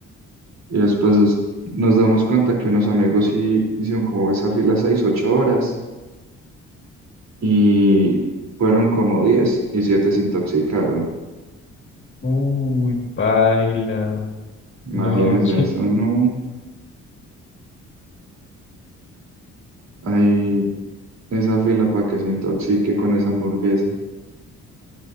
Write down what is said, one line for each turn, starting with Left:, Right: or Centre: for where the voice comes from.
Right: Y después nos nos damos cuenta que unos amigos sí hicieron como esa fila seis, ocho horas y fueron como diez y siete se intoxicaron.
Left: Uy, paila.
Right: Imagínense
Left: No, <laughs> qué-
Right: eso, no hay esa fila para que se intoxique con esa hamburguesa.